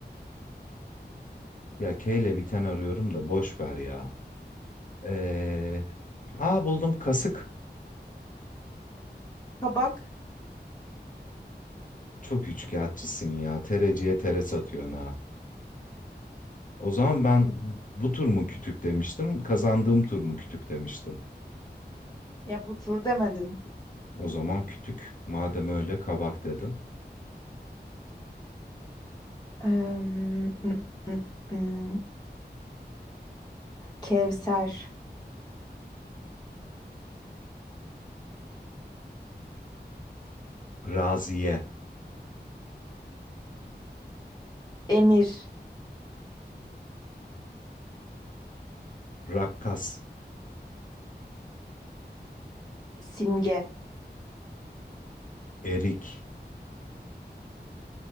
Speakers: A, on the left; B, on the left.
A: Ya K ile biten arıyorum da boş ver ya. Ee, aa buldum kasık.
B: Kabak
A: Çok üçkağıtçısın ya. Tereciye tere satıyorsun ha. O zaman ben bu tur mu kütük demiştim, kazandığım tur mu kütük demiştim.
B: Ya bu tur demedin.
A: O zaman kütük. Madem öyle kabak dedim.
B: Eee, ım, ım, ım. Kevser,
A: Raziye,
B: Emir,
A: rakkas,
B: Simge,
A: erik,